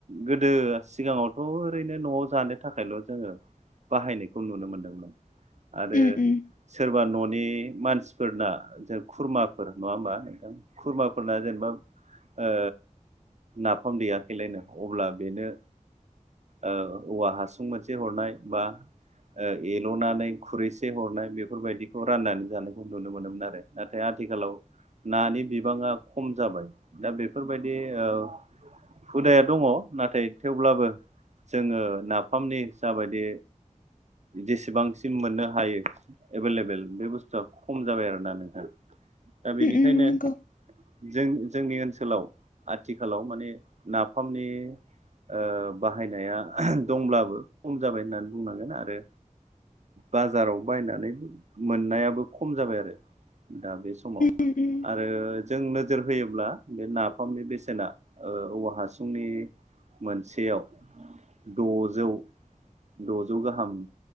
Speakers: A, on the right; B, on the left.
A: गोदो सिगाङावथ' ओरैनो न'आव जानो थाखायल' जोङो बाहायनायखौ नुनो मोनदोंमोन आरो
B: उम उम उम
A: सोरबा न'नि मानसिफोरना जों खुरमाफोर नङा होमबा नोंथां। खुरमाफोरना जेनेबा नाफाम दैेयाखैलायनो अब्ला बेनो औवा हासुं मोनसे हरनाय, बा एल'नानै खुरैसे हरनाय बेफोरबायदिखौ राननानै जानायखौ नुनो मोनोमोन आरो। नाथाय आथिखालाव नानि बिबाङा खम जाबाय दा बेफोरबायदि औ हुदाया दङ नाथाय थेवब्लाबो जोङो ना फानि जाबायदि जेसेबांसिम मोननो हायो एभेलेबेल बे बुस्थु था खम जाबाय आरोना नोंहा दा बेनिखायनो
B: उम नंगौ
A: जों जोंनि ओनसोलाव आथिखालाव माने नाफामनि ओ बाहायनाया दंब्लाबो खम जाबाय होननानै बुंनांगोन आरो बाजाराव बायनानै मोननायाबो खम जाबाय आरो। दा बे समाव
B: उम उम
A: आरो जों नोजोर होयोब्ला बे नाफामनि बेसेना औवा हासुंनि मोनसेयाव द'जौ द'जौ गाहाम